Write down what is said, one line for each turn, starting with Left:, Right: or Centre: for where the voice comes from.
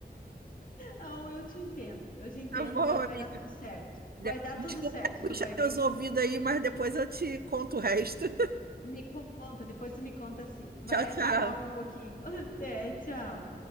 Left: não, eu te entendo, eu te entendo,
Right: Tá bom,
Left: mas
Right: amigo.
Left: vai dar tudo certo.
Right: De-
Left: Vai dar
Right: Desculpa,
Left: tudo certo,
Right: puxa
Left: tu vai
Right: teus
Left: ver.
Right: ouvidos aí, mas depois eu te conto o resto. <laughs>
Left: Me conta, depois tu me conta sim. Vai,
Right: Tchau, tchau.
Left: se acalma um pouquinho. <laughs> Até, tchau.